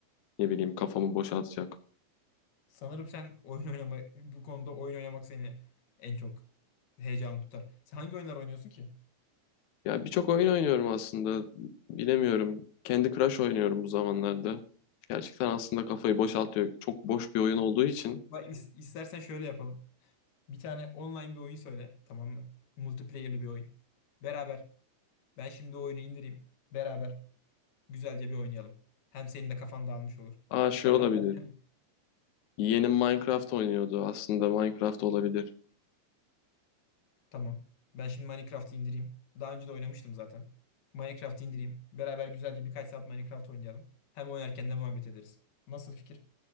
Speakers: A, on the left (about 80°); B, on the left (about 60°).
A: ne bileyim kafamı boşaltacak.
B: Sanırım sen oyun <laughs> oynama bu konuda oyun oynamak seni en çok heyecan tutar. Sen hangi oyunlar oynuyorsun ki?
A: Ya birçok oyun oynuyorum aslında, bilemiyorum. Candy Crush oynuyorum bu zamanlarda. Gerçekten aslında kafayı boşaltıyor. Çok boş bir oyun olduğu için.
B: Bak, is- istersen şöyle yapalım. Bir tane online bir oyun söyle, tamam mı? Multiplayer'lı bir oyun. Beraber ben şimdi o oyunu indireyim. Beraber Güzelce bir oynayalım. Hem senin de kafan dağılmış olur.
A: Aa şey
B: Hem
A: olabilir.
B: oynarken.
A: Yeğenim Minecraft oynuyordu. Aslında Minecraft olabilir.
B: Tamam. Ben şimdi Minecraft'ı indireyim. Daha önce de oynamıştım zaten. Minecraft'ı indireyim. Beraber güzelce birkaç saat Minecraft oynayalım. Hem oynarken de muhabbet ederiz. Nasıl fikir?